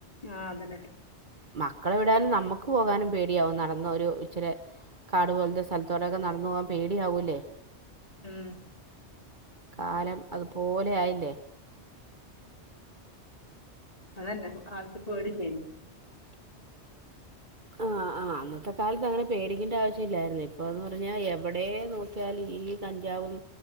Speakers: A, on the left; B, on the right.
A: ആ അത് തന്നെ
B: മക്കളെ വിടാനും നമ്മുക്ക് പോകാനും പേടിയാവും നടന്ന ഒരു ഇച്ചിരി കാടു പോലത്തെ സ്ഥലത്തോടെക്കെ നടന്നു പോകൻ പേടിയാവൂല്ലേ?
A: ഉം
B: കാലം അതുപോലെ ആയില്ലേ
A: അതു തന്നെ കാലത്തെപേടിയല്ലേ?
B: ആ ആ അന്നത്തെ കാലത്ത് അങ്ങനെ പേടിക്കേണ്ട ആവശ്യം ഇല്ലായിരുന്നു ഇപ്പൊന്ന് പറഞ്ഞാ എവിടെയും നോക്കിയാൽ ഈ കഞ്ചാവും